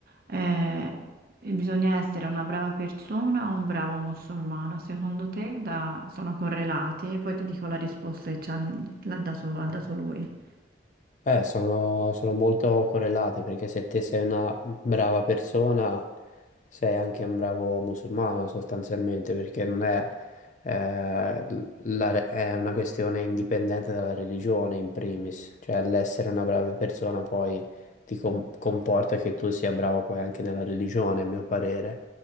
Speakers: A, on the right; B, on the left.
A: eh, e bisogna essere una brava persona o un bravo musulmano, secondo te da- sono correlati? E poi ti dico la risposta che ci han- l'ha dato- ha dato lui.
B: Eh, sono, sono molto correlate perché se te sei una brava persona, sei anche un bravo musulmano sostanzialmente, perché non è, eh, l- la re- è una questione indipendente dalla religione in primis, cioè l'essere una brava persona poi ti com- comporta che tu sia bravo poi anche nella religione, a mio parere.